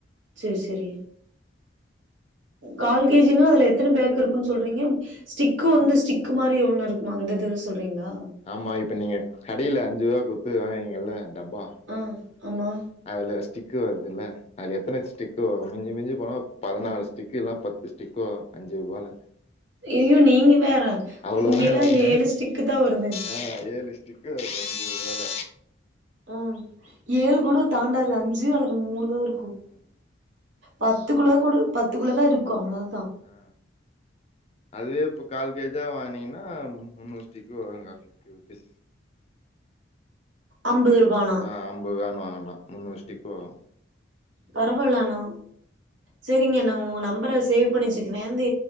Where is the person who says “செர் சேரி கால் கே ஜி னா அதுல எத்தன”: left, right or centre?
Right